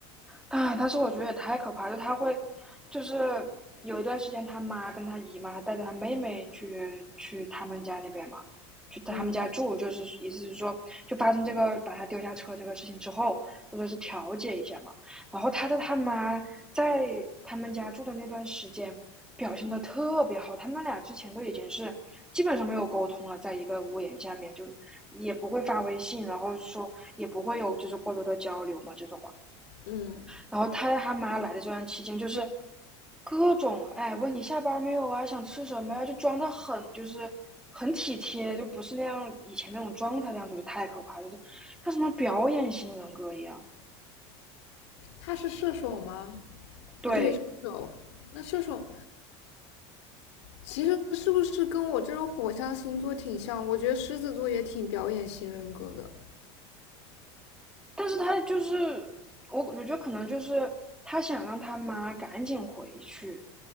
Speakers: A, in the centre; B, on the left.
A: 啊，但是我觉得也太可怕，了，就他会，就是有一段时间，他妈跟他姨妈带着他妹妹去去他们家那边嘛，去他们家住，
B: 嗯，
A: 就是意思是说，就发生这个把他丢下车这个事情之后，就说是调解一下嘛。然后他在他妈在他们家住的那段时间，表现的特别好，他们俩之前都已经是基本上没有沟通了，在一个屋檐下面就也不会发微信，然后说也不会有就是过多的交流嘛，这种嘛。
B: 嗯，
A: 然后他他妈来的这段期间，就是各种哎问你下班没有啊，想吃什么呀、啊就装的很就是很体贴，就不是那样以前那种状态那样，子，就是太可怕就是像什么表演型人格一样。
B: 他是射手吗？
A: 对，
B: 啊，对，射手，那射手。其实是不是跟我这种火象星座挺像？我觉得狮子座也挺表演型人格的。
A: 但是他就是我，我觉得可能就是他想让他妈赶紧回去，